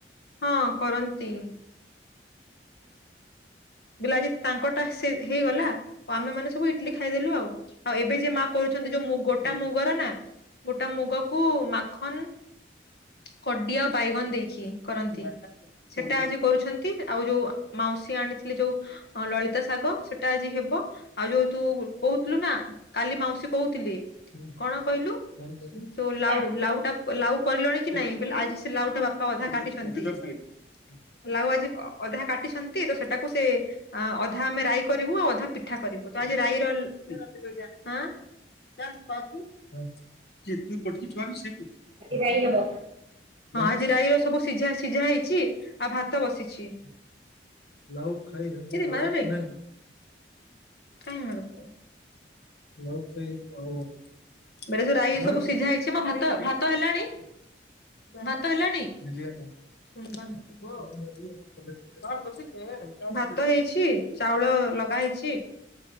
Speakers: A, on the left (about 60°); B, on the right (about 30°).
A: ହଁ କରନ୍ତି। ବିଲ ଆଜି ତାଙ୍କଟା ସେ ହେଇଗଲା, ଆଉ ଆମେ ମାନେ ସବୁ ଇଟିଲିି ଖାଇଦେଲୁ ଆଉ। ଆଉ ଏବେ ଯେ ମା କରୁଚନ୍ତି ଯୋଉ ମୁ ଗୋଟା ମୁଗରେ ନା ଗୋଟା ମୁଗକୁ ମାଖନ କଟି ଆଉ ବାଇଗଣ ଦେଇକି କରନ୍ତି। ସେଟା ଆଜି କରୁଛନ୍ତି। ଆଉ ଯୋଉ ମାଉସୀ ଆଣି ଥିଲେ ଯୋଉ ଲଳିତା ଶାଗ ସେଟା ଆଜି ହେବ, ଆଉ ଯୋଉ ତୁ କହୁଥୁଲୁ ନା କାଲି ମାଉସୀ କହୁଥିଲେ, କଣ କହିଲୁ? ତୋ ଲାଉ,
B: ଆଜି
A: ଲାଉ ଟା ଲାଉ କରିଲଣି କି ନାଇଁ, ବି ଆଜି ସେ ଲାଉ ଟା ବାପା ଅଧା କାଟିଛନ୍ତି। <inaudible> ଲାଉ ଆଜି ଅଧା କାଟିଛନ୍ତି, ତ ସେଟାକୁ ସେ ଅଧା ଆମେ ରାଇ କରିବୁ, ଆଉ ଅଧା ପିଠା କରିବୁ ତ ଆଜି ରାଇର <unintelligible> ଆଁ <inaudible> <unintelligible> <unintelligible> <unintelligible>
B: ଖାଇ ହବ।
A: ହଁ, ଆଜି ରାଇର ସବୁ ସିଝା, ସିଝା ହେଇଚି ଆଉ ଭାତ ବସିଛି। <unintelligible> ଛି ମାରେନି, କାଇଁ ମାରୁଚୁ? ଲାଉ ଖାଇ ଆଉ ହବନି। ଏଟା ସବୁ ରାଇ ସବୁ ସିଝା ହେଇଛି ମ ଭ ଭାତ ହେଲାଣି। ଭାତ ହେଲାଣି <unintelligible> <unintelligible> ଭାତ ହେଇଛି ଚାଉଳ ଲଗା ହେଇଛି।